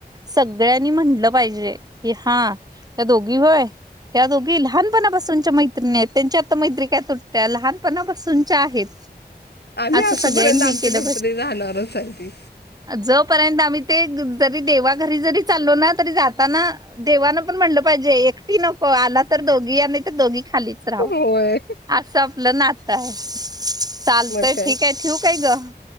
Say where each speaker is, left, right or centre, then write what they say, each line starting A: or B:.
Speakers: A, on the right; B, on the left.
A: सगळ्यांनी म्हटलं पाहिजे कि हा त्या दोघी होय. या दोघी लहानपणापासूनच्या मैत्रिणी आहेत त्यांच्या आता मैत्री काय तुटत्या लहानपणापासूनच्या आहेत.
B: आम्ही
A: असं
B: असूपर्यंत
A: सगळ्यांनी
B: आमची
A: हे केलं
B: मैत्री राहणारच आहे की.
A: जोपर्यंत आम्ही ते जरी देवा घरी जरी चालो ना तरी जाताना. देवानं पण म्हणलं पाहिजे एकटी नको आला तर दोघी या नाहीतर. त्या दोघी खालीच राहा
B: होय
A: असं आपलं नातं आहे चालतंय.
B: मग काय
A: ठीक आहे ठेवू काय गं.